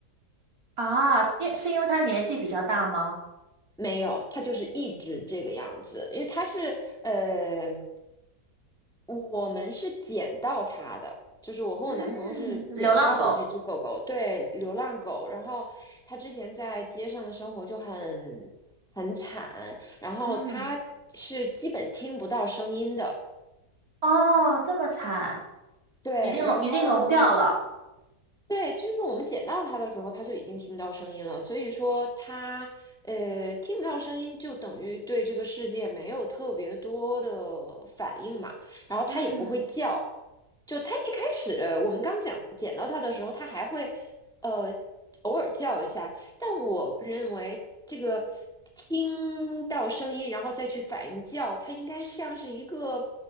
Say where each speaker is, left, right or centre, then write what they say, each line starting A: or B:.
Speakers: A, on the right; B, in the centre.
A: 啊，因是因为他年纪比较大吗？
B: 没有，它就是一直这个样子，因为它是呃。我们是捡到它的，就是我和我男朋友是捡到的这只狗狗，
A: 嗯，流浪狗。
B: 对，流浪狗。然后它之前在街上的生活就很很惨，然后它是基本听不到声音的，
A: 嗯，哦，这么惨，
B: 对，
A: 已经聋已经聋掉了。
B: 然后呢？对，就是我们捡到它的时候，它就已经听不到声音了。所以说它，呃，听不到声音，就等于对这个世界没有特别多的反应嘛。然后它也不会叫。
A: 嗯，
B: 就它一开始，我们刚讲捡到它的时候，它还会，呃，偶尔叫一下。但我认为这个听到声音，然后再去反应叫，它应该像是一个